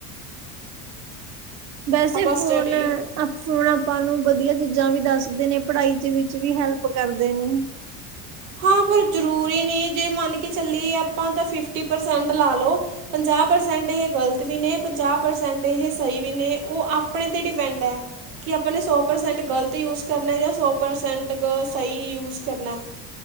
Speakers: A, on the right; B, on the right.
A: ਵੈਸੇ
B: ਆਪਾਂ
A: ਫੋਨ
B: ਸਟੱਡੀ
A: ਹੁਣ ਆਪਾਂ ਨੂੰ ਵਧੀਆ ਚੀਜ਼ਾਂ ਵੀ ਦੱਸਦੇ ਨੇ ਪੜ੍ਹਾਈ ਵਿਚ ਵੀ ਹੈਲਪ ਕਰਦੇ ਨੇ।
B: ਹਾਂ ਪਰ ਜ਼ਰੂਰੀ ਨਹੀਂ ਜੇ ਮੰਨ ਕੇ ਚੱਲੀਏ ਆਪਾਂ ਤਾਂ ਫਿਫਟੀ ਪਰਸੈਂਟ ਲਾ ਲਓ। ਪੰਜਾਹ ਪ੍ਰਸੈਂਟ ਇਹ ਗ਼ਲਤ ਵੀ ਨੇ ਪੰਜਾਹ ਪ੍ਰਸੈਂਟ ਇਹ ਸਹੀ ਵੀ ਨੇ ਉਹ ਆਪਣੇ ਤੇ ਡਿਪੈਂਡ ਹੈ। ਕਿ ਆਪਣੇ ਸੌ ਪ੍ਰਸੈਂਟ ਗਲਤ ਯੂਜ ਕਰਨਾ ਜਾਂ ਸੌ ਪ੍ਰਸੈਂਟ ਸਹੀ ਯੂਜ ਕਰਨਾ।